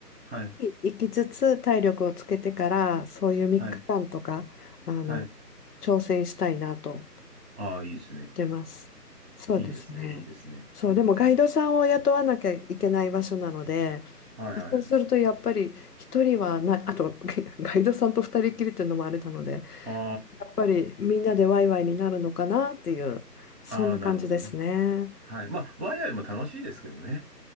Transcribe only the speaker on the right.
はい、
はい、はい、ああ、いいですね。
いいですね、いいですね。
うんうん。はい、はい、
はい。あ
あ、ああ、なるほどね。はい。まあ、ワイワイも楽しいですけどね。